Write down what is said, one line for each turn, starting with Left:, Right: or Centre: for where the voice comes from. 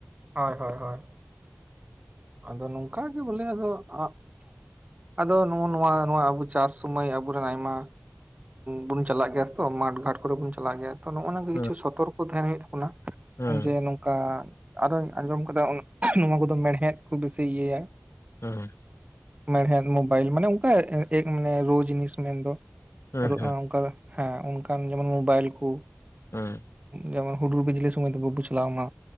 Right: ᱦᱳᱭ ᱦᱳᱭ ᱦᱳᱭ ᱟᱫᱚ ᱱᱚᱝᱠᱟ ᱜᱮ ᱵᱚᱞᱮ ᱟᱫᱚ ᱟ ᱟᱫᱚ ᱱᱚᱜ ᱱᱚᱣᱟ ᱱᱚᱣᱟ ᱟᱵᱚ ᱪᱟᱥ ᱥᱩᱚᱢᱚᱭ ᱟᱵᱚᱨᱮᱱ ᱟᱭᱢᱟ ᱵᱩᱱ ᱪᱟᱞᱟᱜ ᱜᱮᱭᱟ ᱛᱚ ᱢᱟᱴᱷ ᱜᱷᱟᱴ ᱠᱚᱨᱮ ᱵᱩᱱ ᱪᱟᱞᱟᱜ ᱜᱮᱭᱟ ᱛᱚ ᱱᱚᱜᱼᱚᱭ ᱱᱚ ᱠᱤᱪᱷᱩ
Left: ᱦᱩᱸ
Right: ᱥᱚᱛᱚᱨᱠᱚ ᱛᱟᱦᱮᱱ ᱦᱩᱭᱩᱜ ᱛᱟᱵᱚᱱᱟ
Left: ᱦᱩᱸ
Right: ᱡᱮ ᱱᱚ ᱚᱱᱠᱟ ᱟᱨᱚᱧ ᱟᱸᱡᱚᱢ ᱟᱠᱟᱫᱟ ᱱᱚᱣᱟ ᱠᱚᱫᱚ ᱢᱮᱲᱦᱮᱫ ᱠᱚ ᱵᱮᱥᱤ ᱤᱭᱟᱹᱭᱟ
Left: ᱦᱚᱸ
Right: ᱢᱮᱲᱦᱮᱫ ᱢᱳᱵᱟᱭᱤᱞ ᱢᱟᱱᱮ ᱚᱱᱠᱟ ᱮ ᱢᱟᱱᱮ ᱨᱳ ᱡᱤᱱᱤᱥ ᱢᱮᱱᱫᱚ
Left: ᱦᱩᱸ
Right: ᱟᱨ
Left: ᱦᱩᱸ
Right: ᱚᱱᱠᱟ ᱦᱮᱸ ᱚᱱᱠᱟᱱ ᱡᱮᱢᱚᱱ ᱢᱳᱵᱟᱭᱤᱞ ᱠᱚ
Left: ᱦᱮᱸ
Right: ᱡᱮᱢᱚᱱ ᱦᱩᱰᱩᱨ ᱵᱤᱡᱞᱤ ᱥᱚᱢᱚᱭ ᱵᱟᱹᱫ ᱵᱩ ᱪᱞᱟᱣ ᱱᱟ